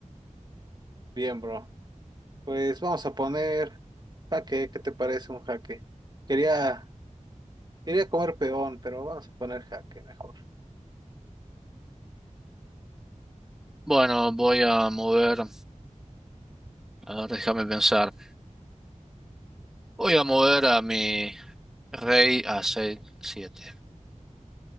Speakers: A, on the right; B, in the centre.
A: Bien, bro. Pues vamos a poner jaque. ¿Qué te parece un jaque? Quería, quería comer peón, pero vamos a poner jaque mejor.
B: Bueno, voy a mover... A ver, déjame pensar. Voy a mover a mi rey a C7.